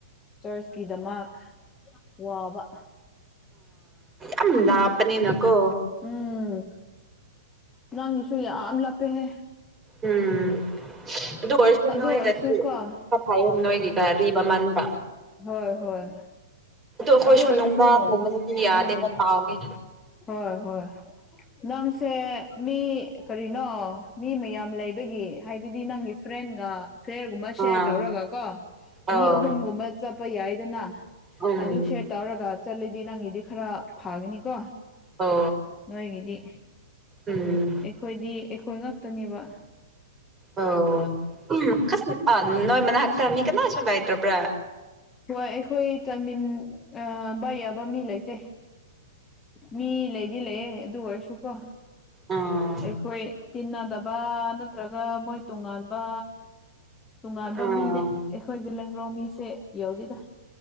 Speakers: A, on the left; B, on the right.
A: ꯆꯔꯆꯀꯤꯗꯃꯛ ꯋꯥꯕ
B: ꯑꯝ ꯂꯥꯞꯄꯅꯤꯅꯀꯣ
A: ꯎꯝ ꯅꯪꯁꯨ ꯌꯥꯝ ꯂꯥꯞꯄꯦꯍꯦ
B: ꯎꯝ ꯑꯗꯨ ꯑꯣꯏ ꯁꯨꯝꯅ
A: ꯑꯗꯨ
B: ꯑꯣꯏꯒꯦ
A: ꯑꯣꯏꯔꯁꯨ ꯀꯣ
B: ꯈꯥ ꯐꯔꯥꯅꯤ ꯅꯣꯏꯒꯤ ꯀꯗꯨꯒꯤ ꯃꯃꯥꯡꯗꯥ
A: ꯍꯣꯏ ꯍꯣꯏ
B: ꯑꯩꯈꯣꯏꯁꯨ
A: ꯑꯗꯨ ꯑꯣꯏꯔꯁꯨ
B: ꯅꯨꯡꯗꯥꯡꯒꯨꯝꯕꯗꯗꯤ ꯌꯥꯗꯦꯗ
A: ꯎꯝ
B: ꯇꯥꯡꯉꯦ
A: ꯍꯣꯏ ꯍꯣꯏ ꯅꯪꯁꯦ ꯃꯤ ꯀꯔꯤꯅꯣ ꯃꯤ ꯃꯌꯥꯝ ꯂꯩꯕꯒꯤ ꯍꯥꯏꯕꯗꯤ ꯅꯪꯒꯤ ꯐ꯭ꯔꯦꯟꯒ ꯐꯦꯔꯒꯨꯝꯕ ꯁꯦꯔ
B: ꯑꯥ
A: ꯇꯧꯔꯒ ꯀꯣ
B: ꯑꯣ
A: ꯃꯤ ꯑꯍꯨꯝꯒꯨꯝꯕ ꯆꯠꯄ ꯌꯥꯏꯗꯅ
B: ꯎꯝ
A: ꯑꯗꯨ ꯁꯦꯔ ꯇꯧꯔꯒ ꯆꯠꯂꯤꯗꯤ ꯅꯪꯒꯤꯗꯤ ꯈꯔ ꯐꯒꯅꯤꯀꯣ
B: ꯑꯣ
A: ꯅꯣꯏꯒꯤꯗꯤ
B: ꯎꯝ
A: ꯑꯩꯈꯣꯏꯗꯤ ꯑꯩꯈꯣꯏ ꯉ <unintelligible> ꯅꯤꯕ
B: ꯑꯣ ꯎꯝ ꯅꯣꯏ ꯃꯅꯥꯛꯇ ꯃꯤ ꯀꯅꯥꯁꯨ ꯂꯩꯇ꯭ꯔꯕ꯭ꯔꯥ
A: ꯍꯣꯏ ꯑꯩꯈꯣꯏ ꯆꯟꯃꯤꯟꯅꯕ ꯌꯥꯕ ꯃꯤ ꯂꯩꯇꯦ ꯃꯤ ꯂꯩꯗꯤ ꯂꯩꯌꯦ ꯑꯗꯨ ꯑꯣꯏꯔꯁꯨꯀꯣ
B: ꯎꯝ
A: ꯑꯩꯈꯣꯏ ꯇꯤꯟꯅꯗꯕ ꯅꯠꯇ꯭ꯔꯒ ꯃꯣꯏ ꯇꯣꯉꯥꯟꯕ ꯇꯣꯉꯥꯟꯕ
B: ꯎꯝ
A: ꯃꯤꯅꯦ ꯑꯩꯈꯣꯏ ꯖꯦꯂꯤꯌꯥꯟ ꯃꯤꯁꯦ ꯌꯧꯗꯦꯗ